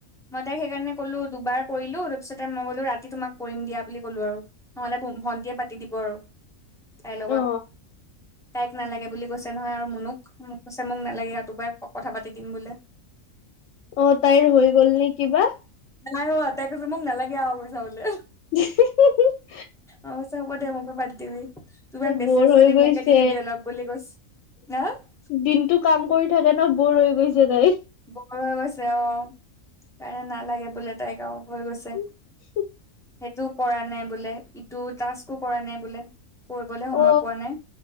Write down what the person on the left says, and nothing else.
অ
অ তাইৰ হৈ গ'ল নে কিবা।
<unintelligible>
বৰ
হৈ
গৈছে
দিনতটো কাম কৰি থাকে ন বৰ হৈ গৈছে তাই।
<unintelligible>
অ